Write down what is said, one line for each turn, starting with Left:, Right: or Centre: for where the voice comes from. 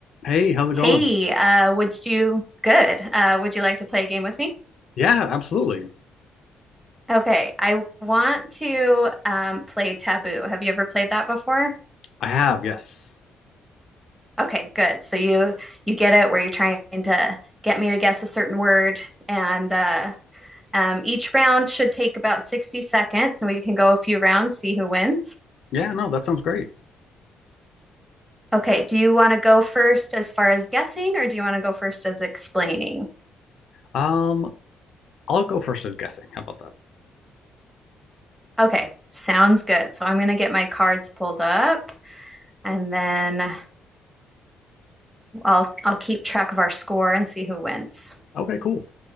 Left: Hey, how's it
Centre: Hey,
Left: going?
Centre: uh, would you good? Uh, would you like to play a game with me?
Left: Yeah, absolutely.
Centre: Okay, I want to um, play Taboo. Have you ever played that before?
Left: I have, yes.
Centre: Okay, good. So you you get it where you're trying to get me to guess a certain word, and uh, um, each round should take about 60 seconds, and we can go a few rounds, see who wins.
Left: Yeah, no, that sounds great.
Centre: Okay, do you want to go first as far as guessing, or do you want to go first as explaining?
Left: Um, I'll go first as guessing. How about that?
Centre: Okay, sounds good. So I'm going to get my cards pulled up, and then. I'll I'll keep track of our score and see who wins.
Left: Okay, cool.